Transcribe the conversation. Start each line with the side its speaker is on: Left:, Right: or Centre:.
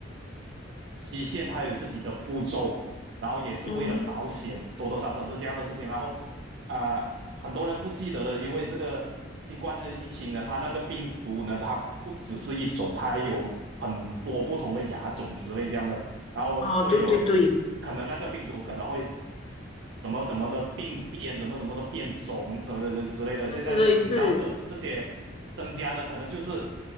Right: 期限它有自己的步骤，然后也是为了保险，
Left: 嗯，
Right: 多多少少是这样的事情。然后啊、呃很多人不记得的，因为这个新冠的疫情呢，它那个病毒呢，它不只是一种，它有很多不同的亚种之类这样的，然后所以也会可能那个病毒可能会。
Left: 哦，对对对，
Right: 怎么怎么的病变，怎么怎么的变种，什么的之类的。
Left: 对对对，
Right: 现在听到的这些增加的，
Left: 是，
Right: 可能就是